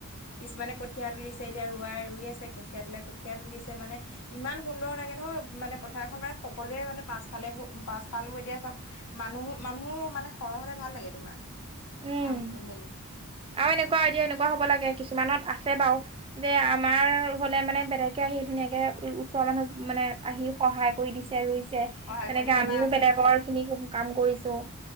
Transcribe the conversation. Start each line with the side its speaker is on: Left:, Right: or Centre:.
Left: কিছুমানে কঠীয়া তুলিছে এতিয়া ৰৱাই ৰুই আছে কঠীয়া তোলেই কঠীয়া তুলিছে মানে - ইমান সুন্দৰ লাগে নহয় মানে পথাৰখন মানে সকলোে মানে পাছফালে বোৰ পাছফাল বোৰ এতিয়া চব- মানুহ মানুহো মানে সৰহ হলে ভাল লাগে তোমাৰ,
Right: উম
Left: কাম কৰি মেলি।
Right: আৰু এনেকুৱা এতিয়া এনেকুৱা হ'ব লাগে কিছুমানত আছে বাৰু- যে আমাৰ হলে মানে বেলেগে আহি ধুনীয়াকে ওচৰৰ মানুহ মানে আহি- সহায় কৰি দিছে ৰুইছে
Left: সহায়
Right: তেনেকে
Left: কৰি দিছে
Right: আমিও
Left: বা
Right: বেলেগৰ খিনি কাম কৰিছো।